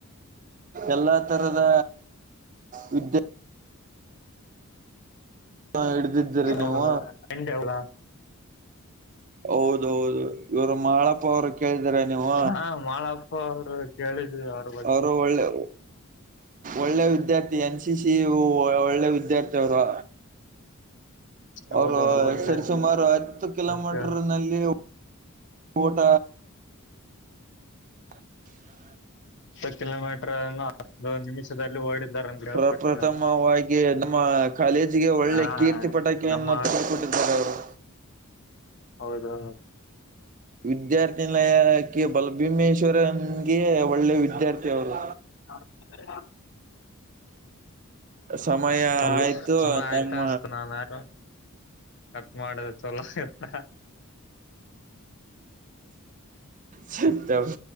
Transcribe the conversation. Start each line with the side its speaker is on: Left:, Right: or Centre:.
Right: ಎಲ್ಲಾ ತರದ ವಿದ್ಯ. ಹಾ ಹಿಡ್ದಿದ್ದೀರಿ
Left: ಹೌದಾ
Right: ನೀವು.
Left: ಎಂಡೆ ಹೌದ
Right: ಹೌದೌದು ಇವರ ಮಾಳ. ಅಪ್ಪ ಅವ್ರು ಕೇಳಿದರ ನೀವು
Left: ಹಾ ಮಾಳಪ್ಪ ಅವರು ಕೇಳಿದ್ವಿ ಅವ್ರ ಬಗ್ಗೆ
Right: ಅವರು ಒಳ್ಳೆ. ಒಳ್ಳೆ ವಿದ್ಯಾರ್ಥಿ ಎನ್ ಸಿ ಸಿ ಒಳ್ಳೆ ವಿದ್ಯಾರ್ಥಿ ಅವರು.
Left: ಹೌದು
Right: ಅವರು
Left: ಅವ್ರ ಬಗ್ಗೆ
Right: ಸರಿ ಸುಮಾರು ಹತ್ತು ಕಿಲೋಮೀಟರ್
Left: ಹತ್ತು
Right: ನಲ್ಲಿ ಊಟ. <inaudible>
Left: ಹತ್ತು ಕಿಲೋಮೀಟರ್ನ್ನು ಹತ್ತು ನಿಮಿಷದಲ್ಲಿ ಓಡಿದ್ದಾರೆ. ಯಾವ
Right: ಪ್ರ
Left: ಪೆಟ್
Right: ಪ್ರಥಮವಾಗಿ
Left: ಗಾಣ
Right: ನಮ್ಮ ಕಾಲೇಜಿಗೆ ಒಳ್ಳೆ
Left: ಹಾ
Right: ಕೀರ್ತಿ ಪಟಾಕಿಯನ್ನು
Left: ನಮ್ಮ.
Right: ತಂದುಕೊಟ್ಟಿದ್ದಾರೆ ಅವರು
Left: ಹೌದಾ.
Right: ವಿದ್ಯಾರ್ಥಿನಲಯಕಿ ಬಲಭೀಮೇಶ್ವರನ್ಗೆ ಒಳ್ಳೆ ವಿದ್ಯಾರ್ಥಿ ಅವರು.
Left: <unintelligible>
Right: ಸಮಯ
Left: ಹೌದು
Right: ಆಯ್ತು
Left: ಸಮಯ
Right: ತಮ್ಮ.
Left: ಆಯ್ತ <unintelligible> ಕಟ್ ಮಾಡಿದ್ರ ಚಲೋ ಇತ್ತ.
Right: ಸತ್ತೇವ್.